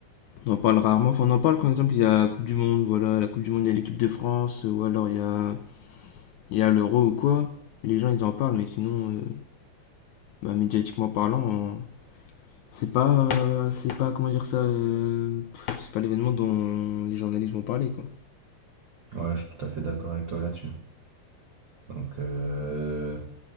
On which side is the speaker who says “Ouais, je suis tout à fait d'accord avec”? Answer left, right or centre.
Right